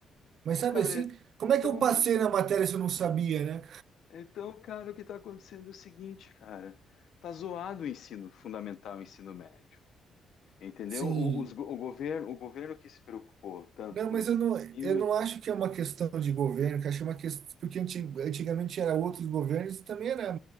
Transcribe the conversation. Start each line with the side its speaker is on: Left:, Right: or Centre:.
Right: Mas
Left: É,
Right: sabe
Left: cara,
Right: assim, como
Left: então,
Right: é que eu passei na matéria se eu não sabia, né?
Left: então, cara, o que tá acontecendo é o seguinte, cara. Tá zoado o ensino fundamental, o ensino médio. Entendeu?
Right: Sim.
Left: O, os go- o governo, o governo que se preocupou tanto
Right: Não,
Left: com
Right: mas
Left: esse
Right: eu não,
Left: ensino.
Right: eu não acho que é uma questão de governo, que acho que é uma questão, porque anti- antigamente era outros governos e também era